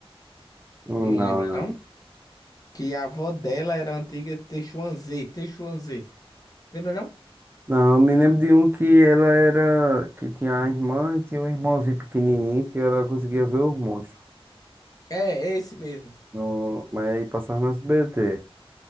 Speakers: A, on the right; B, on the left.
A: Não,
B: Não lembra,
A: não.
B: não? Que a avó dela era a antiga Teixuanzê, Teixuanzê. Lembra, não?
A: Não, eu me lembro de um que ela era. Que tinha a irmã e tinha um irmãozinho pequenininho que ela conseguia ver os monstros.
B: É, é esse mesmo.
A: No, mas aí passava no S B T